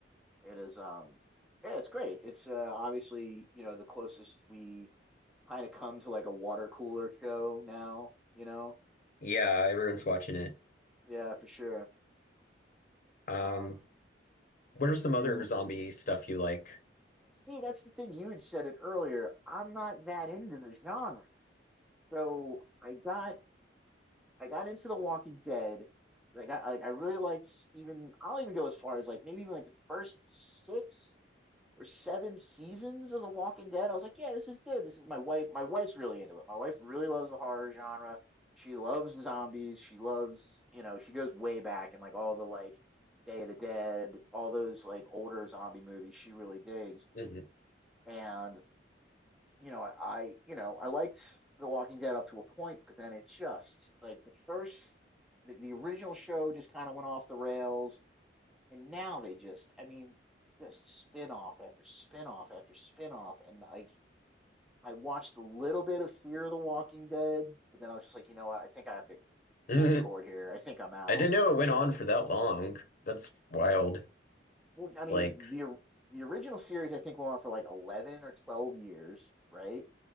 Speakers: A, in the centre; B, on the left (about 45°).
A: it is um yeah, it's great. It's uh, obviously you know the closest we kind of come to like a water cooler show now, you know.
B: Yeah, everyone's watching it.
A: Yeah, for sure.
B: Um
A: Uh,
B: what are some
A: you
B: other zombie stuff you like?
A: see, that's the thing. You had said it earlier. I'm not that into the genre. So I got I got into The Walking Dead. like, I got like I really liked even I'll even go as far as like maybe even like the first six or seven seasons of The Walking Dead. I was like, yeah, this is good. This is my wife. My wife's really into it. My wife really loves the horror genre. She loves zombies. She loves, you know, she goes way back and like all the like Day of the Dead, all those like older zombie movies she really digs.
B: Mhm.
A: and you know, I, you know, I liked The Walking Dead up to a point, but then it just like the first the, the original show just kind of went off the rails, and now they just, I mean, just spin-off after spin-off after spin-off, and I I watched a little bit of Fear the Walking Dead, but then I was just like, you know what, I think I have to
B: Mhm.
A: pull the cord here. I think I'm
B: <laughs>
A: out.
B: I didn't know it went on for that long. That's wild.
A: Well, I mean,
B: Like
A: the the original series I think went on for like 11 or 12 years, right?